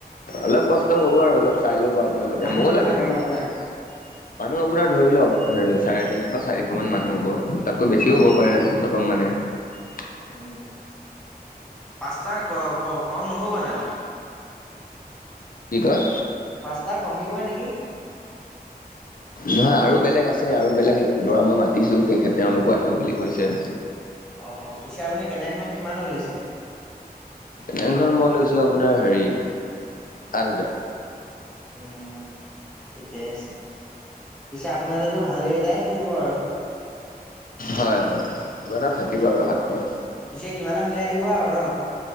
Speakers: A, on the left; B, in the centre.
A: অলপ কষ্ট হ'ব আৰু অলপ চাই ল'ব আপোনালোকে
B: মানুহ
A: ময়ো
B: কিমান
A: লাগিবাগি
B: হ'ব আপোনাৰ?
A: দিম আপোন। মানুহ আপোনাৰ ধৰি লওক চাৰে তিনিশ, চাৰিশ মান মানুহ হ'ব তাতকৈ বেছিও হ'ব পাৰে গম নাপাম মানে। <unintelligible>
B: উম, পাঁচটা ক, ক, কম নহ'বা জানো?
A: কি কয়?
B: পাঁচতটা কমিব নেকি?
A: নহয় আৰু বেলেগ আছে আৰু বেলেগ ল'ৰা মই মাতিছো তেখেত তেওঁলোকো আহিব বুলি কৈছে।
B: অ', অ', পিছে আপুনি কেদাইংখন কিমানত লৈছে?
A: এনেংখন মই লৈছো আপোনাৰ হেৰি সাত হাজাৰ।
B: উম, ঠিকে আছে পিছ আপোনালতো ভালেই এটাই থাকিব আৰু।
A: হয়, হয়, দিবাদা থাকিব
B: উম।
A: আৰু হাত খৰচ।
B: পিছে কিবা এটা মিলাই দিব আৰু ন?